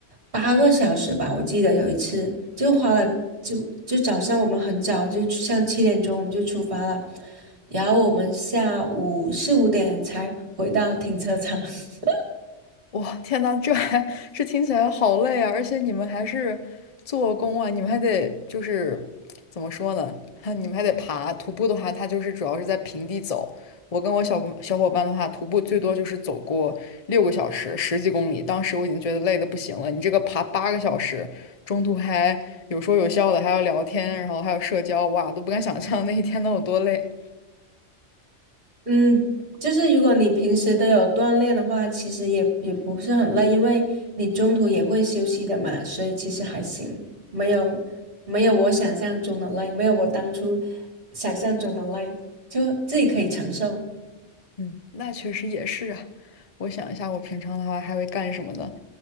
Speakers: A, on the right; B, on the left.
A: 八个小时吧。我记得有一次就花了，就就早上我们很早就出像七点钟我们就出发了，然后我们下午四五点才回到停车场。<laughs>
B: 哇，天呐，这还这听起来好累啊！而且你们还是做工啊，你们还得就是怎么说呢？<laughs> 你们还得爬。徒步的话，它就是主要是在平地走。我跟我小公小伙伴的话，徒步最多就是走过六个小时，十几公里。当时我已经觉得累得不行了。你这个爬八个小时，中途还有说有笑的，还要聊天，然后还有社交，哇，都不敢想象那一天能有多累。
A: 嗯，就是如果你平时都有锻炼的话，其实也也不是很累，因为你中途也会休息的嘛，所以其实还行，没有没有我想象中的累，没有我当初想象中的累，就自己可以承受。
B: 嗯，那确实也是啊。我想一下，我平常的话还会干什么呢？